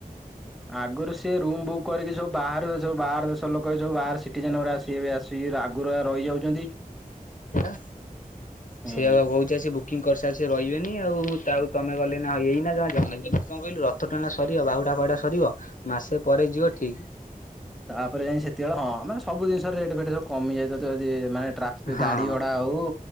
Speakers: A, in the centre; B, on the left.
A: ଆଗରୁ ସିଏ ରୁମ୍ ବୁକ୍ କରିକି ସବୁ ବାହାରୁ ସବୁ ବାହାରରେ ଲୋକ ଏ ସବୁ ବାହାର ସିଟିଜନ୍ ଗୁରା ଆସିକି ଏବେ ଆସିକି ଆଗରୁ ରହିଯାଉଛନ୍ତି।
B: ହେଲା
A: ହୁଁ
B: ସେଇବା କହୁଚି ଆସି ବୁ ବୁକିଂ କରିସାରି ସେ ରହିବେନି ଆଉ ଆଉ ତମେ ଗଲେ ନା ଏଇନା ଜଣ ଜଣା ଗଲେ କଣ କହିଲୁ ର ରଥ ଟଣା ସରିବ ବାହୁଡା ଫାଉଡା ସରିବ ମାସେ ପରେ ଯିବ ଠିକ୍।
A: ତାପରେ ଯାଇକି ସେତେବେଳେ ହଁ ମାନେ ସବୁ ଜିନିଷ ରେଟ୍‌ ଫେଟ୍‌ ସବୁ କମିଯାଇଥାଏ ତ ଯଦି ମାନେ ଟ୍ରାଫିକ୍‌
B: ହଁ
A: ଗାଡି ଭଡା। ହୋଉ